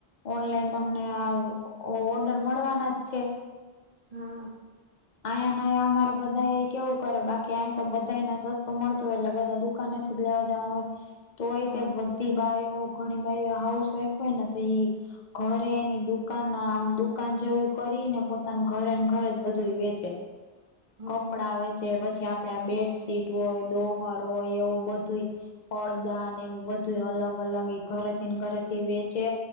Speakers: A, on the left; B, on the right.
A: ઓનલાઈન તમને આ ઓ ઓર્ડર મળવાના જ છે.
B: હા.
A: અહીંયા નાયા અમારે બધા કેવું કરે બાકી અહીં તો બધાયન સસ તુ મળતુ હોય એટલે બધા દુકાને થી જ લેવા જવાનું હોય. તોય
B: હા
A: તે બધી બાયો ઘણી બયો હાઉસ વાઈફ હોય ને તોઈ ઘરે એની દુકાનના આમ દુકાન જેવું કરીને પોતાન ઘરે ન ઘરે બધું વે ચે
B: હા
A: કપડા વેચે પછી આ પણે બેડશીટ હોય દોહર હોય એવું બધુંય પડદા ને એવું બધું અલગ અલગ ઈ ઘરે થીને ઘરેથી વેચે